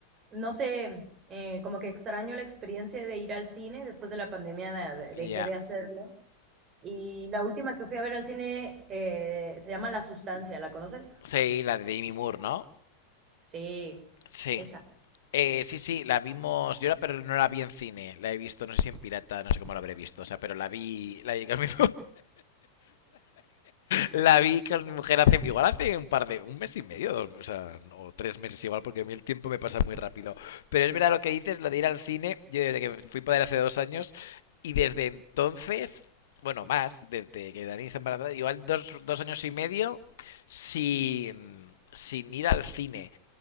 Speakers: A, on the right (about 30°); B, on the left (about 60°).
A: no sé, eh, como que extraño la experiencia de ir al cine. Después de la pandemia na- de-
B: Ya.
A: dejé de hacerlo. Y la última que fui a ver al cine eh, se llama La Sustancia, ¿la conoces?
B: Sí, la de Demi Moore, ¿no?
A: Sí,
B: Sí.
A: esa.
B: Eh, sí, sí, la vimos. Yo la, pero no la vi en cine. La he visto, no sé si en pirata, no sé cómo la habré visto. O sea, pero la vi. La vi que me la vi que mi mujer hace, igual hace un par de, un mes y medio, dos, o, sea, o tres meses igual, porque a mí el tiempo me pasa muy rápido. Pero es verdad lo que dices, lo de ir al cine, yo desde que fui padre hace dos años, y desde entonces, bueno, más, desde que Dani está embarazada, igual dos, dos años y medio sin, sin ir al cine.